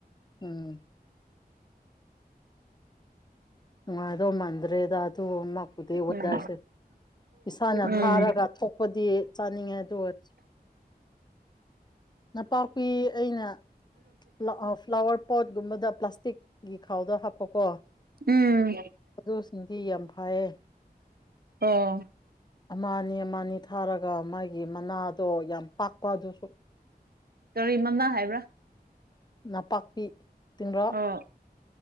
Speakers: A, on the left; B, on the right.
A: ꯎꯝ ꯋꯥꯗꯣ ꯃꯥꯟꯗ꯭ꯔꯦ ꯗ ꯗꯣ ꯃꯛꯄꯨꯗꯤ ꯋꯣꯗꯔꯁꯦ꯫
B: ꯎꯝ
A: ꯏꯁꯥꯅ
B: ꯎꯝ
A: ꯊꯥꯔꯒ ꯊꯣꯛꯄꯗꯤ ꯆꯥꯅꯤꯡꯉꯦ ꯑꯗꯨ ꯑꯣꯏ ꯅꯄꯥꯛꯄꯤ ꯑꯩꯅ ꯐ꯭ꯂꯥ ꯑ ꯐ꯭ꯂꯥꯋꯔ ꯄꯣꯠꯒꯨꯝꯕꯗ ꯄ꯭ꯂꯥꯁꯇꯤꯛ ꯒꯤ ꯈꯥꯎꯗ ꯍꯥꯞꯄꯀꯣ
B: ꯎꯝ
A: ꯑꯗꯨꯁꯤꯡꯗꯤ ꯌꯥꯝ ꯐꯌꯦ
B: ꯑꯣ꯫
A: ꯃꯅꯤ ꯃꯅꯤ ꯊꯥꯔꯒ ꯃꯥꯒꯤ ꯃꯅꯥꯗꯣ ꯌꯥꯝ ꯄꯥꯛꯄ ꯗꯨꯁꯨ
B: ꯀꯔꯤ ꯃꯅꯥꯥ ꯍꯥꯏꯕ꯭ꯔꯥ꯫
A: ꯅꯄꯥꯛꯄꯤ꯫ ꯇꯤꯡꯔꯣ
B: ꯑ ꯑ